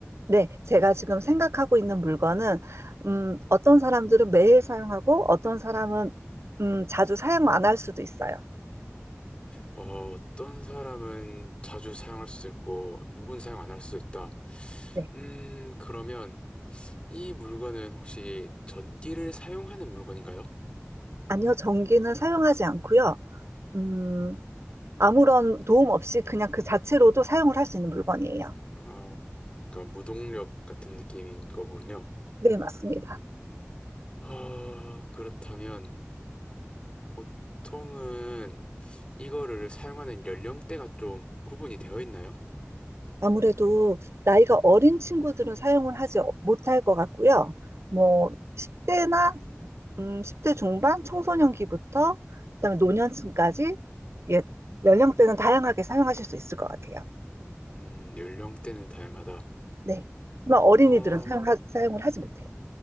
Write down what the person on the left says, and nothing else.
어, 어떤 사람은 자주 사용할 수도 있고, 누군 사용 안 할 수도 있다.
음, 그러면 이 물건은 혹시 전기를 사용하는 물건인가요?
어, 그러니까 무동력 같은 느낌인 거군요.
어, 그렇다면 보통은 이거를 사용하는 연령대가 좀 구분이 되어 있나요?
음,
음, 연령대는 다양하다.
어,